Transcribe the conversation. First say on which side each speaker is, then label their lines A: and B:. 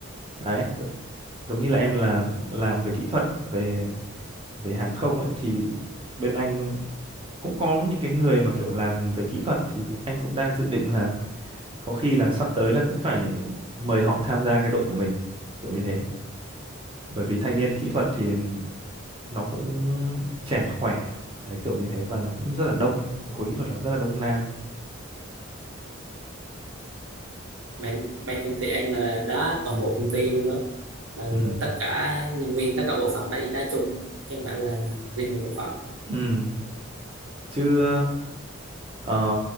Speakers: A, on the right; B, on the right.
A: đấy gi- giống như là em là làm về kỹ thuật về về hàng không ấy thì bên anh cũng có những cái người mà kiểu làm về kỹ thuật thì anh cũng đang dự định là có khi là sắp tới là cũng phải mời họ tham gia cái đội của mình kiểu như thế bởi vì thanh niên kỹ thuật thì nó cũng trẻ khỏe đấy kiểu như thế và nó cũng rất là đông Cái khối kỹ thuật là rất là đông nam
B: bạn ban công ty em là đá toàn bộ công ty luôn đó là
A: ừ
B: tất cả nhân viên tất cả bộ phận đã đi đá chung chứ không phải là riêng một bộ phận
A: ừ chứ ờ,